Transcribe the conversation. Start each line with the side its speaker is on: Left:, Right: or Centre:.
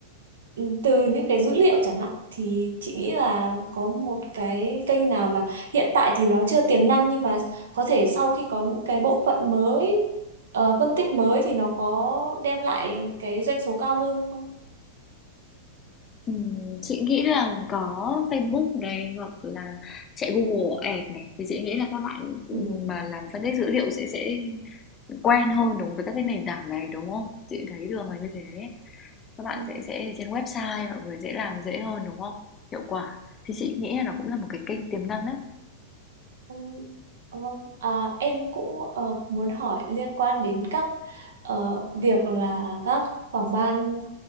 Right: ừ, từ những cái dữ liệu chẳng hạn thì chị nghĩ là có một cái kênh nào mà hiện tại thì nó chưa tiềm năng nhưng mà có thể sau khi có những cái bộ phận mới ờ, phân tích mới thì nó có đem lại cái doanh số cao hơn không?
Left: ừm, chị nghĩ là có Facebook này hoặc là chạy Google Ads này thì chị nghĩ là các bạn,
Right: Ừ.
Left: mà làm phân tích dữ liệu sẽ sẽ quen hơn đúng với các cái nền tảng này, đúng không? Chị thấy thường là như thế. Các bạn
Right: Ừ.
Left: sẽ sẽ trên website mọi người dễ làm dễ hơn, đúng không? Hiệu quả. Thì
Right: Ừ.
Left: chị nghĩ là nó cũng là một cái kênh tiềm năng đấy.
Right: Ừ, Vâng, à, em cũng ờ, muốn hỏi liên quan đến các ờ, việc là các phòng ban